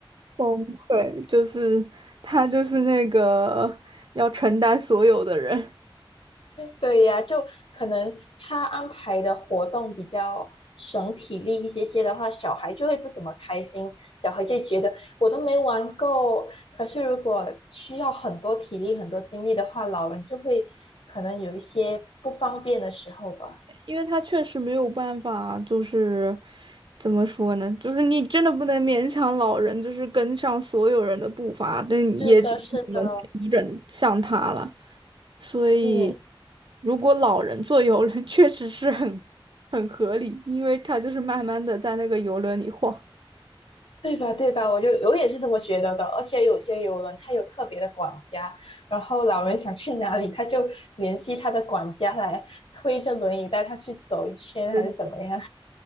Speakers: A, on the right; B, on the left.
A: 崩溃，就是他就是那个要承担所有的人，
B: 对呀，就可能他安排的活动比较省体力一些些的话，小孩就会不怎么开心，小孩就觉得我都没玩够。可是如果需要很多体力、很多精力的话，老人就会可能有一些不方便的时候吧。
A: 因为他确实没有办法，就是怎么说呢，就是你真的不能勉强老人，就是跟上所有人的步伐，但也只能你们调整向他了。
B: 是的，是的，
A: 所以，
B: 嗯。
A: 如果老人坐游轮 <laughs>，确实是很很合理，因为他就是慢慢的在那个游轮里晃
B: 对吧？对吧？我就我也是这么觉得的。而且有些游轮它有特别的管家，然后老人想去哪里，他就联系他的管家来推着轮椅带他去走一圈，
A: <laughs>。对
B: 还是怎么样？